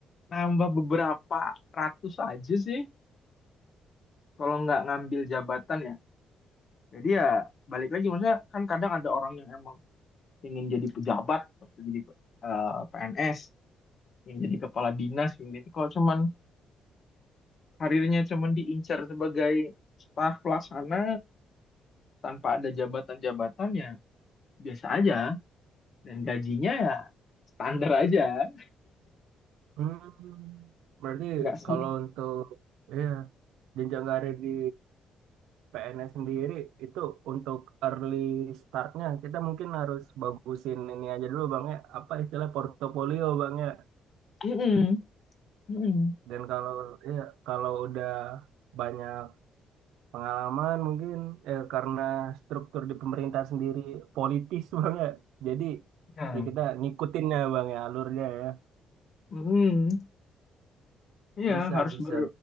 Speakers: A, on the left; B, on the right.
A: nambah beberapa ratus aja sih kalau nggak ngambil jabatan ya. Jadi ya balik lagi maksudnya kan kadang ada orang yang emang ingin jadi pejabat, atau jadi eh, PNS, ingin jadi kepala dinas, ingin itu kalau cuman karirnya cuman diincar sebagai staf pelaksana tanpa ada jabatan-jabatan ya biasa aja dan gajinya ya standar aja,
B: Hmm. Berarti
A: nggak sama.
B: kalau untuk iya jenjang karir di PNS sendiri itu untuk early startnya kita mungkin harus bagusin ini aja dulu bang ya apa istilah portofolio bang ya
A: Mm-mm. Mm-mm.
B: dan kalau ya kalau udah banyak pengalaman mungkin eh, karena struktur di pemerintah sendiri politis <laughs> bang ya jadi
A: Hmm.
B: ya kita ngikutin ya bang ya alurnya ya
A: Mm-mm. Iya,
B: bisa
A: harus
B: bisa
A: ber